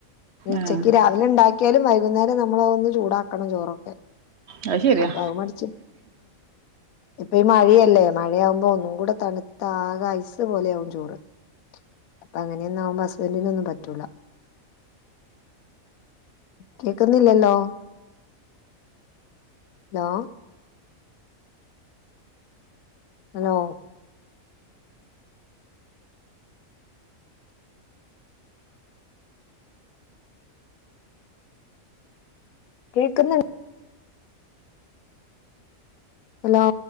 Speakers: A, on the left; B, on the right.
A: ഉച്ചക്ക്
B: ആഹ്
A: അല ഉണ്ടാക്കിയാലും വൈകുന്നേരം നമ്മള ഒന്ന് ചൂടാക്കണം ചോറൊക്കെ
B: അത് ശരിയാ
A: അപ്പൊ അത് മടിച്ച ഇപ്പൊ ഈ മഴയല്ലേ മഴയാവുമ്പോ ഒന്നും കൂടെ തണുത്ത ആക ഐസ് പോലെയ ആകും ചോറ് അപ്പൊ അങ്ങനൊന്നും ആവുമ്പോ ഹസ്ബന്ഡില ഒന്നും പറ്റൂ കേക്കുന്നില്ലല്ലോ ഹലോ ഹലോ കേൾക്കുന്ന ഹലോ